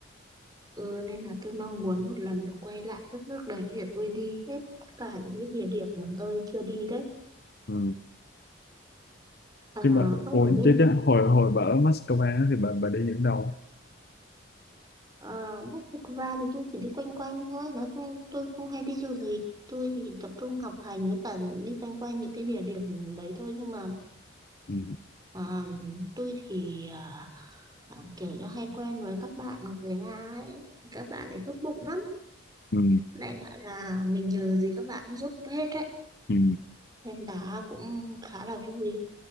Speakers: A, on the right; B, on the left.
A: ừ, nên là tôi mong muốn một lần được quay lại đất nước đấy để tôi đi hết tất cả những cái địa điểm mà tôi chưa đi đấy.
B: ừ.
A: À,
B: nhưng mà
A: ông
B: ủa
A: ở bên
B: chứ, chứ hồi hồi bà ở Moscow á thì bà bà đi những đâu
A: uh, Moscow thì tôi chỉ đi quanh quanh thôi nói chung tôi không hay đi du lịch tôi chỉ tập trung học hành với cả đi quanh quanh những cái địa điểm đấy thôi nhưng mà
B: ừ.
A: à, tôi thì à, à, kiểu như hay quen với các bạn người Nga ấy thì các bạn ấy tốt bụng lắm
B: Ừ.
A: đại loại là mình nhờ gì các bạn giúp hết đấy
B: Ừ.
A: nên đã cũng khá là vui